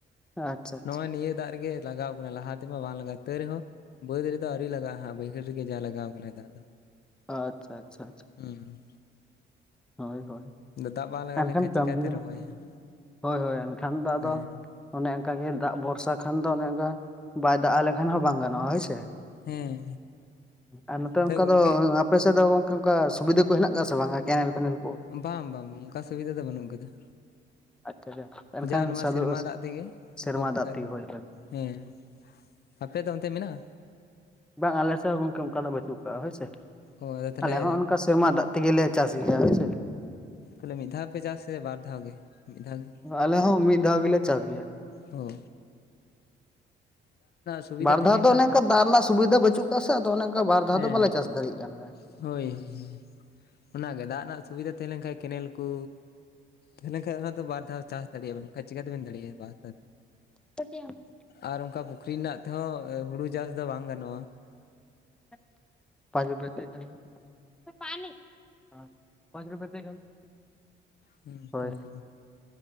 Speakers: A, in the centre; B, on the left.
A: ᱟᱪᱪᱷᱟ ᱟᱪᱪᱷᱟ
B: ᱱᱚᱜᱚᱭ ᱱᱤᱭᱟᱹ ᱫᱟᱜ ᱨᱮᱜᱮ ᱞᱟᱜᱟᱣ ᱠᱟᱱᱟ ᱞᱟᱦᱟ ᱛᱮᱢᱟ ᱵᱟᱝ ᱞᱟᱜᱟᱣᱛ ᱛᱟᱣ ᱨᱮᱦᱚᱸ ᱵᱟᱹᱫᱽ ᱨᱮᱫᱚ ᱟᱹᱣᱨᱤ ᱞᱟᱜᱟᱜᱼᱟ ᱦᱟᱜ ᱵᱟᱹᱭᱦᱟᱹᱲ ᱨᱮᱜᱮ ᱡᱟ ᱞᱟᱜᱟᱣ ᱠᱟᱱᱟ ᱫᱟᱜ ᱫᱚ᱾
A: ᱟᱪᱪᱷᱟ ᱟᱪᱪᱷᱟ ᱪᱷᱟ᱾
B: ᱦᱮᱸ᱾
A: ᱦᱳᱭ ᱦᱳᱭ᱾
B: ᱫᱟᱜ ᱵᱟᱝ ᱞᱟᱜᱟᱣ
A: ᱮᱱᱠᱷᱟᱱ
B: ᱞᱮᱱᱠᱷᱟᱱ
A: ᱠᱟᱹᱢᱤ
B: ᱪᱤᱠᱟᱛᱮ
A: ᱭᱚ
B: ᱨᱚᱦᱚᱭᱟ
A: ᱦᱳᱭ ᱦᱳᱭ ᱮᱱᱠᱷᱟᱱ ᱫᱚ ᱟᱫᱚ
B: ᱦᱮᱸ
A: ᱚᱱᱮ ᱠᱟᱜᱮ ᱫᱟᱜ ᱵᱷᱚᱨᱥᱟ ᱠᱷᱟᱱ ᱫᱚ ᱚᱱᱮ ᱚᱝᱠᱟ ᱵᱟᱭ ᱫᱟᱜ ᱟᱞᱮ ᱠᱷᱟᱱ ᱦᱚᱸ ᱵᱟᱝ ᱜᱟᱱᱚᱜᱼᱟ ᱦᱳᱭᱥᱮ᱾
B: ᱦᱮᱸ
A: ᱟᱨ ᱱᱚᱛᱮ
B: ᱛᱚ
A: ᱚᱝᱠᱟ
B: ᱜᱚᱝᱠᱮ
A: ᱫᱚ ᱟᱯᱮ ᱥᱮᱜ ᱫᱚ ᱜᱚᱝᱠᱮ ᱚᱝᱠᱟ ᱥᱩᱵᱤᱫᱷᱟ ᱠᱚ ᱦᱮᱱᱟᱜ ᱠᱟᱜ ᱥᱮ ᱵᱟᱝ ᱠᱮᱱᱮᱞ ᱯᱮᱱᱮᱞ ᱠᱚ?
B: ᱵᱟ ᱵᱟᱝ ᱚᱱᱠᱟ ᱥᱩᱵᱤᱫᱷᱟ ᱫᱚ ᱵᱟᱹᱱᱩᱜ ᱠᱟᱫᱟ᱾
A: ᱟᱪᱪᱷᱟ ᱟᱪᱪᱷᱟ ᱮᱱᱠᱷᱟᱱ
B: ᱡᱟ ᱱᱚᱣᱟ
A: ᱥᱟᱫᱚ
B: ᱥᱮᱨᱢᱟ ᱫᱟᱜ ᱛᱮᱜᱮ
A: ᱥᱮᱨᱢᱟ
B: ᱟᱫᱚ ᱵᱟᱠᱦᱟᱡ
A: ᱫᱟᱜ ᱛᱮᱜᱮ
B: ᱫᱚ᱾
A: ᱦᱳᱭ ᱦᱳᱭ
B: ᱦᱮᱸ ᱟᱯᱮ ᱫᱚ ᱚᱱᱛᱮ ᱢᱮᱱᱟᱜᱼᱟ?
A: ᱵᱟᱝ ᱟᱞᱮ ᱥᱮᱜ ᱦᱚᱸ ᱜᱚᱝᱠᱮ ᱚᱝᱠᱟ ᱫᱚ ᱵᱟᱹᱪᱩᱜ ᱠᱟᱜᱼᱟ ᱦᱳᱭᱥᱮ,
B: ᱚ ᱟᱫᱚ ᱛᱟᱦᱚᱞᱮ
A: ᱟᱞᱮ ᱦᱚᱸ ᱚᱱᱠᱟ ᱥᱮᱨᱢᱟ ᱫᱟᱜ ᱛᱮᱜᱮᱞᱮ ᱪᱟᱥ ᱜᱮᱭᱟ ᱦᱳᱭ ᱥᱮ᱾
B: ᱛᱟᱞᱦᱮ ᱢᱤᱫ ᱫᱷᱟᱣ ᱯᱮ ᱪᱟᱥᱮ ᱵᱟᱨ ᱫᱷᱟᱣ ᱜᱮ ᱢᱤᱫ ᱫᱷᱟᱣ ᱜᱮ?
A: ᱟᱞᱮ ᱦᱚᱸ ᱢᱤᱫ ᱫᱷᱟᱣ ᱜᱮᱞᱮ ᱪᱟᱥ ᱜᱮᱭᱟ᱾
B: ᱳ ᱥᱩᱵᱤᱫᱷᱟ
A: ᱵᱟᱨ
B: ᱛᱟᱦᱮᱸ
A: ᱫᱷᱟᱣ
B: ᱞᱮᱱᱠᱷᱟᱱ
A: ᱫᱚ ᱚᱱᱮ ᱚᱝᱠᱟ ᱫᱟᱜ ᱨᱮᱱᱟᱜ ᱥᱩᱵᱤᱫᱟ ᱵᱟᱹᱪᱩᱜ ᱠᱟᱜᱟ ᱥᱮ ᱟᱫᱚ ᱚᱱᱮ ᱚᱝᱠᱟ ᱵᱟᱨ ᱫᱷᱟ
B: ᱦᱮᱸ
A: ᱫᱚ ᱵᱟᱞᱮ ᱪᱟᱥ ᱫᱟᱲᱮᱭᱟᱜ ᱠᱟᱱᱟ᱾
B: ᱦᱳᱭ ᱦᱳᱭ ᱦᱳᱭ ᱚᱱᱟᱜᱮ ᱫᱟᱜ ᱨᱮᱱᱟᱜ ᱥᱩᱵᱤᱫᱟ ᱛᱟᱦᱮᱸ ᱞᱮᱱ ᱠᱷᱟᱡ ᱠᱮᱱᱮᱞ ᱠᱩ ᱛᱮᱦᱮ ᱞᱮᱱᱷᱟᱡ ᱟᱫᱚ ᱵᱟᱨ ᱫᱷᱟᱣ ᱪᱟᱥ ᱫᱟᱲᱮᱭᱟᱜ-ᱟ ᱵᱮᱱ ᱵᱟᱠᱷᱟᱡ ᱪᱮᱠᱟᱹ ᱛᱮᱵᱤᱱ ᱫᱟᱲᱮᱭᱟᱜ ᱵᱟᱨ ᱫᱷᱟᱣ
A: <unintelligible>
B: ᱟᱨ ᱚᱝᱠᱟ ᱯᱩᱠᱷᱨᱤ ᱨᱮᱱᱟᱜ ᱛᱮᱦᱚᱸ ᱦᱩᱲᱩ ᱪᱟᱥ ᱫᱚ ᱵᱟᱝ ᱜᱟᱱᱚᱜ-ᱟ᱾
A: <unintelligible> <unintelligible>
B: ᱦᱩᱸ ᱚᱝᱠᱟ
A: ᱦᱳᱭ
B: ᱜᱮ᱾